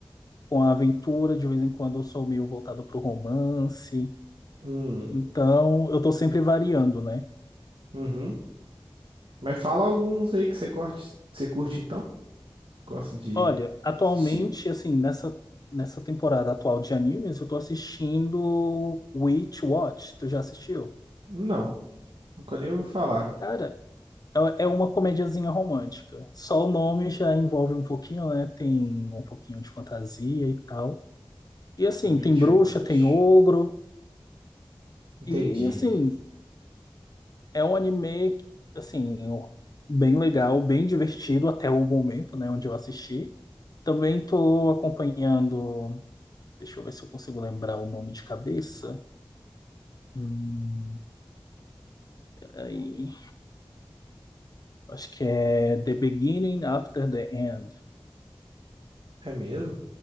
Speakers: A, on the left; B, on the right.
A: com a aventura, de vez em quando eu sou meio voltado pro romance.
B: hum,
A: Então, eu tô sempre variando, né?
B: uhum. Mas fala alguns aí que você curte, que você curte então? Você gosta de
A: Olha, atualmente,
B: assistir?
A: assim, nessa, nessa temporada atual de animes, eu tô assistindo Witch Watch. Tu já assistiu?
B: Não, nunca nem ouvi falar.
A: Cara, é é uma comediazinha romântica. Só o nome já envolve um pouquinho, né? Tem um pouquinho de fantasia e tal. E assim,
B: Witch
A: tem bruxa,
B: Watch.
A: tem ogro.
B: Entendi.
A: E assim, é um anime, assim, bem legal, bem divertido até o momento, né, onde eu assisti. Também tô acompanhando. Deixa eu ver se eu consigo lembrar o nome de cabeça. Hum, peraí. Acho que é The Beginning After the End.
B: É mesmo?